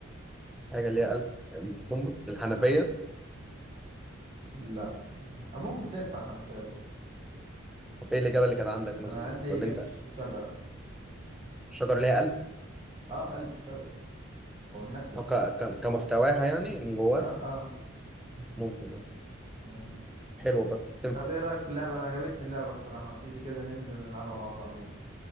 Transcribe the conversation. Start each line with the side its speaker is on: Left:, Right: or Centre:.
Centre: حاجة ليها قلب القنبل الحنفية
Right: اه لا مش- آه، ممكن تنفع الحنفية برضه
Centre: طب ايه الإجابة اللي كانت
Right: أو
Centre: عندك
Right: بت- انا
Centre: مثلا
Right: عندي
Centre: أو اللي
Right: اجابة
Centre: أنت
Right: الشجرة
Centre: شجر ليها قلب
Right: اه قلب الشجرة او النخلة
Centre: أو ك... ك... كمحتواها يعني من جواه
Right: اه اه
Centre: ممكن أه
Right: مم.
Centre: حلو برضه تنفع
Right: طب ايه رأيك في اللعبة انا عجبتني اللعبة الصراحة تيجي كده ننزل نلعبها مع بعضينا